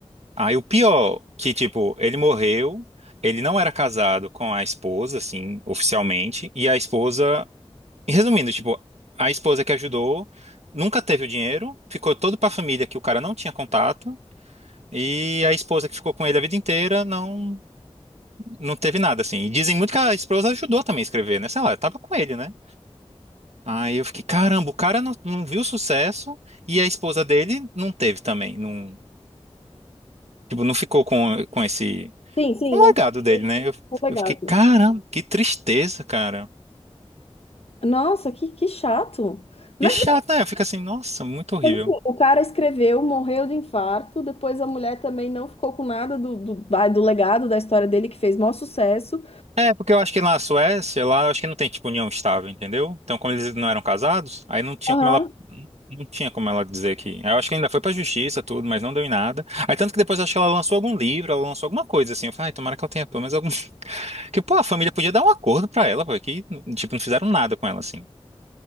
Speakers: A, on the right; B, on the left.
A: Aí o pior, que tipo, ele morreu, ele não era casado com a esposa, assim, oficialmente, e a esposa, e resumindo, tipo, a esposa que ajudou nunca teve o dinheiro, ficou todo pra família que o cara não tinha contato. E a esposa que ficou com ele a vida inteira não Não teve nada, assim. E dizem muito que a esposa ajudou também a escrever, né? Sei lá, eu tava com ele, né? Aí eu fiquei, caramba, o cara não, não viu sucesso e a esposa dele não teve também. Não, tipo, não ficou com, com esse...
B: Sim, sim,
A: Com o
B: não
A: legado dele, né? Eu,
B: não foi
A: eu
B: legal.
A: fiquei, caramba, que tristeza, cara.
B: Nossa, que, que chato.
A: Que
B: Mas,
A: chato, né? Eu fico assim, nossa, muito horrível.
B: mas, assim, o cara escreveu, morreu de infarto, depois a mulher também não ficou com nada do, do, vai, do legado da história dele, que fez maior sucesso.
A: É, porque eu acho que lá na Suécia, lá eu acho que não tem, tipo, união estável, entendeu? Então, como eles não eram casados, aí não tinha
B: Aham,
A: como ela Não tinha como ela dizer que. Eu acho que ainda foi pra justiça, tudo, mas não deu em nada. Aí tanto que depois eu acho que ela lançou algum livro, ela lançou alguma coisa assim. Eu falei, ai, tomara que ela tenha pelo menos algum. <laughs> Que, pô, a família podia dar um acordo pra ela, pô, que, tipo, não fizeram nada com ela assim.